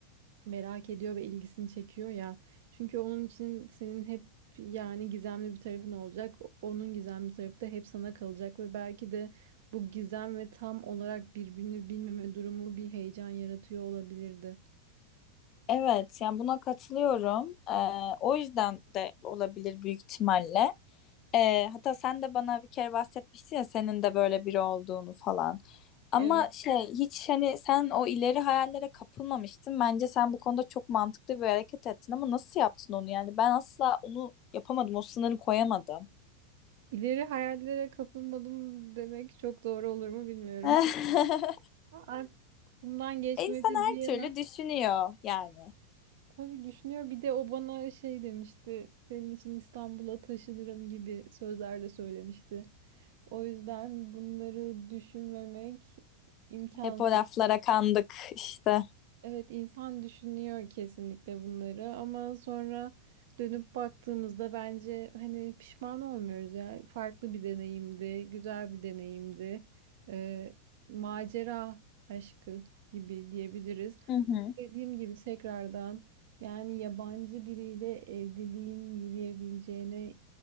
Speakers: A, on the right; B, on the left.
A: merak ediyor ve ilgisini çekiyor ya. Çünkü onun için senin hep yani gizemli bir tarafın olacak. Onun gizemli tarafı da hep sana kalacak ve belki de bu gizem ve tam olarak birbirini bilmeme durumu bir heyecan yaratıyor olabilirdi.
B: Evet yani buna katılıyorum Ee, o yüzden de olabilir büyük ihtimalle. Ee, hatta sen de bana bir kere bahsetmiştin ya senin de böyle biri olduğunu falan. Ama
A: Evet.
B: şey hiç hani sen o ileri hayallere kapılmamıştın. Bence sen bu konuda çok mantıklı bir hareket ettin ama nasıl yaptın onu yani? Ben asla onu yapamadım. O sınırı koyamadım.
A: İleri hayallere kapılmadım demek çok doğru olur mu bilmiyorum.
B: <laughs>
A: Aklımdan geçmedi
B: İnsan her
A: diyemem.
B: türlü düşünüyor yani.
A: Tabii düşünüyor. Bir de o bana şey demişti. Senin için İstanbul'a taşınırım gibi sözler de söylemişti. O yüzden bunları düşünmemek imkansız.
B: Hep o laflara kandık işte.
A: Evet insan düşünüyor kesinlikle bunları ama sonra dönüp baktığımızda bence hani pişman olmuyoruz ya. Farklı bir deneyimdi, güzel bir deneyimdi. Ee, macera aşkı gibi diyebiliriz.
B: Hı hı.
A: Dediğim gibi tekrardan yani yabancı biriyle evliliğin yürüyebileceğine